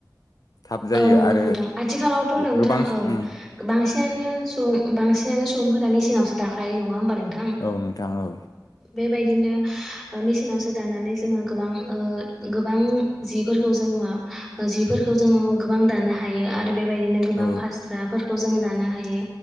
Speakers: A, on the left (about 55°); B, in the centre.
A: थाब जायो
B: औ नंगौ
A: आरो
B: नोंथां आथिखालावथ नोंथां
A: गोबां
B: औ
A: उम
B: बांसिनानो सुबुं बांसिनानो। सुबुंफोरा मेसिनावसो दाखायो नंङा होमबा नोंथां
A: औ नोंथां औ
B: बेबायदिनो। मेसिनावसो दानानै जोंङो गोबां-गोबां जिफोरखौ जोंङो उम जिफोरखौ। जोंङो गोबां दानो हायो आरो बेबायदिनो गोबां
A: औ
B: फास्राफोरखौ जोंङो दानो हायो।